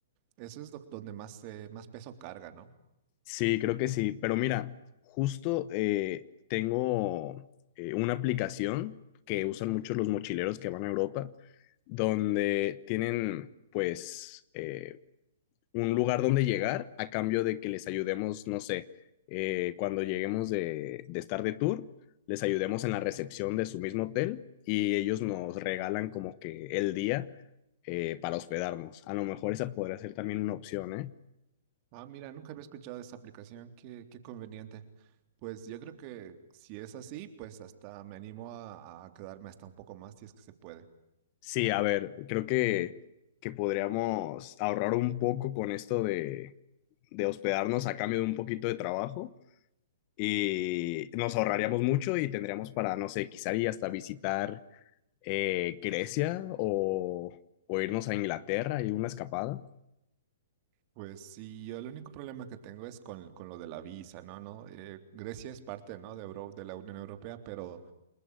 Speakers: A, on the right (about 40°); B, on the left (about 40°).
A: eso es lo- donde más, eh, más peso carga, ¿no?
B: Sí, creo que sí. Pero mira, justo eh, tengo eh, una aplicación que usan mucho los mochileros que van a Europa, donde tienen pues... eh, un lugar donde llegar a cambio de que les ayudemos, no sé, eh, cuando lleguemos de, de estar de tour, les ayudemos en la recepción de su mismo hotel y ellos nos regalan como que el día eh, para hospedarnos. A lo mejor esa podría ser también una opción, ¿eh?
A: Ah, mira, nunca había escuchado de esta aplicación, qué, qué conveniente. Pues yo creo que si es así, pues hasta me animo a, a quedarme hasta un poco más si es que se puede.
B: Sí, a ver, creo que, que podríamos ahorrar un poco con esto de, de hospedarnos a cambio de un poquito de trabajo y nos ahorraríamos mucho y tendríamos para, no sé, quizá y hasta visitar eh, Grecia o, o irnos a Inglaterra y una escapada,
A: Pues sí, yo el único problema que tengo es con, con lo de la visa, ¿no? ¿No? Eh, Grecia es parte, ¿no? De Euro- de la Unión Europea, pero